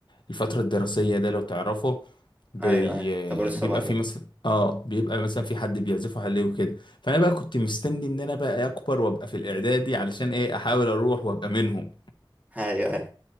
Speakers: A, on the left; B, on the right.
A: الفترة الدراسية ده لو تعرفه بي...
B: ايوه ايوه طابور الصباح
A: بيبقى في
B: ده
A: مثلا اه بيبقى مثلا في حد بيعزفه عليه وكده فانا بقى كنت مستني ان انا بقى اكبر وابقى في الاعدادي علشان ايه احاول اروح وابقى منهم
B: ايوه ايوه